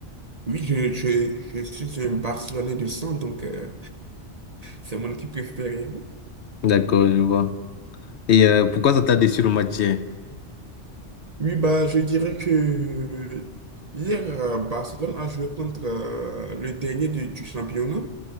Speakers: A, on the right (about 40°); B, on the left (about 65°).
A: Oui, je, je, je suis un Barcelonais de sang, donc euh, c'est mon équipe préférée.
B: D'accord, je vois. Et euh, pourquoi ça t'a déçu le match hier?
A: Oui, bah, je dirais que euh, hier, euh, Barcelone a joué contre euh, le dernier du, du championnat.